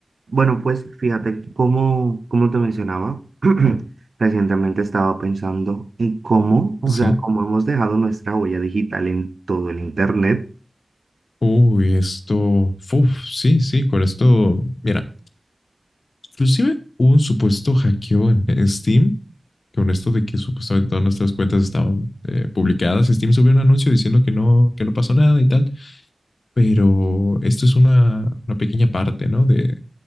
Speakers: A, on the right (about 75°); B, on the left (about 80°).
A: Bueno, pues fíjate, como, como te mencionaba, <clears throat> recientemente estaba pensando en cómo, o
B: Sí.
A: sea, cómo hemos dejado nuestra huella digital en todo el Internet.
B: Uy, esto. Uf, sí, sí, con esto. Mira, inclusive hubo un supuesto hackeo en <laughs> Steam, con esto de que supuestamente todas nuestras cuentas estaban eh, publicadas. Steam subió un anuncio diciendo que no, que no pasó nada y tal. Pero esto es una, una pequeña parte, ¿no? De,